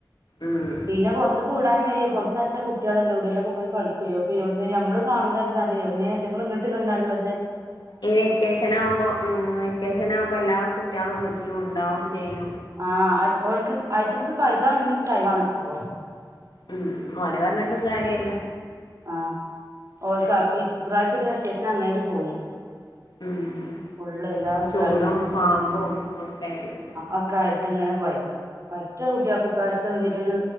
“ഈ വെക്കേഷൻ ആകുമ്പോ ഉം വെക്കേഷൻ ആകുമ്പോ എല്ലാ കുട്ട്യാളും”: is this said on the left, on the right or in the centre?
Left